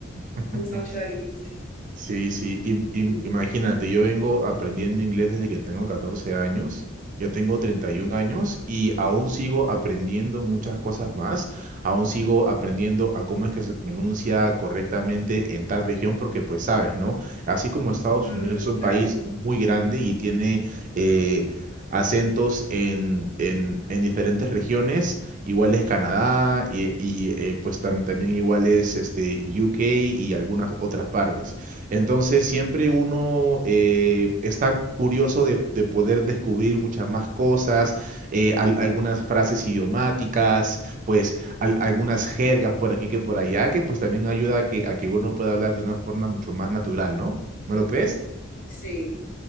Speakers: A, on the right; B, on the left.
A: <laughs>
B: me gusta mucho la lingüística.
A: Sí, sí, im- im-
B: Mm,
A: imagínate, yo vengo aprendiendo inglés desde que tengo 14 años, yo tengo 31 años y aún sigo aprendiendo muchas cosas más, aún sigo aprendiendo a cómo es que se pronuncia correctamente en tal región, porque pues sabes, ¿no? Así como Estados
B: ujú, mm,
A: Unidos es un
B: claro,
A: país muy grande y tiene eh, acentos en, en, en diferentes regiones, igual es Canadá y, y, eh, pues tam- también igual es este, UK y algunas otras partes. Entonces siempre uno eh, está curioso de, de poder descubrir muchas más cosas, eh, al- algunas frases idiomáticas, pues al- algunas jergas por aquí que por allá, que pues también ayuda a que, a que uno pueda hablar de una forma mucho más natural, ¿no? ¿No lo crees?
B: sí.